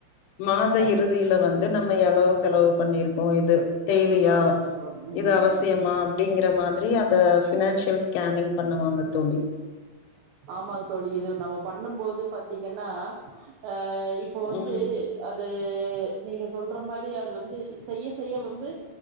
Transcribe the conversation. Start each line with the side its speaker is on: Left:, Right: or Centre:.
Left: மாத
Right: கண்டி
Left: இறுதியில வந்து நம்ம எவ்ளவு செலவு பண்ணி இருக் இது தேவையா
Right: கண்டிப்பா கண்டிப்பா ம்
Left: இது அவசியமா
Right: ம்
Left: அப்படிங்கற மாதிரி அத பினான்சியல் ஸ்கேனிங் பண்ணுவாங்க தோழி
Right: ஆமாங்க தோழி இது நம்ம பண்ணும் போது பத் பாத்தீங்கன்னா ஆ இப்போ வந்து
Left: ம்
Right: அது நீங்க சொல்ற மாதிரி அது வந்து செய்ய செய்ய வந்து